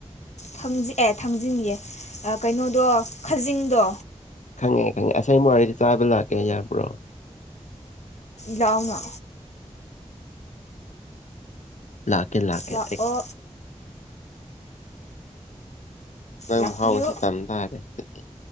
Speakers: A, on the left (about 70°); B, on the left (about 85°).
A: ꯊꯥꯡꯖ ꯑꯦ ꯊꯥꯡꯖꯤꯟꯑꯦ ꯀꯩꯅꯣꯗꯣ ꯈꯥꯖꯤꯡꯗꯣ
B: ꯈꯪꯉꯦ ꯈꯪꯉꯦ ꯑꯁꯥꯏ ꯋꯥꯔꯤꯔꯤꯗ ꯆꯥꯕ ꯂꯥꯛꯀꯦ ꯌꯥꯕ꯭ꯔꯣ
A: ꯌꯥꯎꯅ
B: ꯂꯥꯛꯀꯦ ꯂꯥꯛꯀꯦ
A: ꯂꯥꯛꯑꯣ
B: ꯅꯪ
A: ꯂꯥꯛꯄꯤꯌꯨ
B: ꯃꯍꯥꯎꯁꯤ ꯇꯝ ꯇꯥꯔꯦ ꯑꯗꯨꯗꯤ